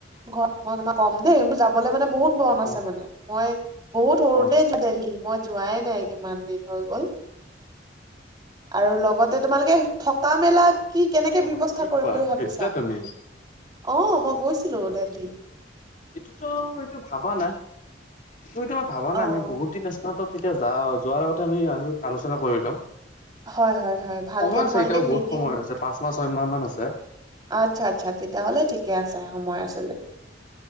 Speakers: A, on the right (about 25°); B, on the left (about 45°).
A: ঘৰত মই তোমাক কম দেই। মোৰ যাবলৈ মানে বহুত মন আছে
B: অ
A: মানে, মই বহুত সৰুতেই
B: অ
A: দেলহি মই যোৱাই নাই কিমান দিন হৈ গ'ল। আৰু লগতে তোমালোকে থকা মেলা কি কেনেকে
B: অ
A: ব্যৱস্থা
B: কি
A: কৰিম
B: খোৱা
A: বুলি ভাবিছা?
B: গৈছিলা তুমি
A: অ', মই গৈছিলো দেলহি।
B: এইটোতো, এইটো ভবা নাই <unintelligible> এইটো বা
A: অ',
B: নাই আমি বহুত বহুত দিন আছে নহয়, তেতিয়া যাও যোৱাৰ আগতে আমি আলোচনা কৰি ল'ম।
A: হয়, হয়, হয়, ভালকে
B: সময় আছে
A: তোমালোকে
B: এতিয়াও বহুত
A: মিটিং
B: সময় আছে, পাঁচ মাহ ছয় মাহ মান আছে।
A: আচ্ছা, আচ্ছা তেতিয়াহ'লে ঠিকে আছে সময় আছে তে।